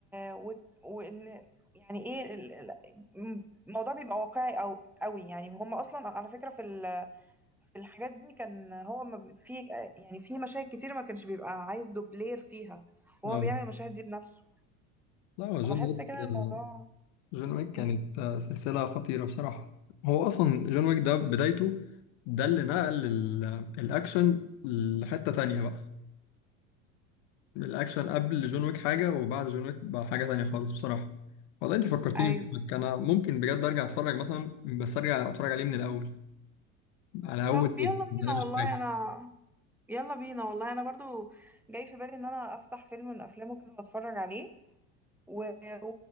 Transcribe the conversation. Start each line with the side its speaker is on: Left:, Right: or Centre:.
Centre: و... وان يعني ايه ال- ال- الموضوع بيبقى واقعي او قوي يعني هم اصلا على فكرة في ال... في الحاجات دي كان هو ما بي- في يعني في مشاهد كتير ما كانش بيبقى عايز دوبلير فيها وهو
Left: آه
Centre: بيعمل المشاهد دي بنفسه
Left: لا هو
Centre: فبحس
Left: جون ويك
Centre: كده الموضوع
Left: جون ويك كانت
Centre: مم.
Left: آه، سلسلة خطيرة بصراحة هو أصلا جون ويك ده بدايته ده اللي نقل ال- الأكشن لحتة تانية بقى الاكشن قبل جون ويك حاجه وبعد جون ويك بقى حاجه تانية خالص بصراحه والله انت فكرتيني
Centre: ايوه
Left: بك. انا ممكن بجد ارجع اتفرج مثلا بس ارجع اتفرج عليه من الاول على اول
Centre: طب يلا
Left: جزء ده
Centre: بينا
Left: انا مش
Centre: والله
Left: فاكر
Centre: انا يلا بينا والله انا برضو جاي في بالي ان انا افتح فيلم من افلامه كده واتفرج عليه ودي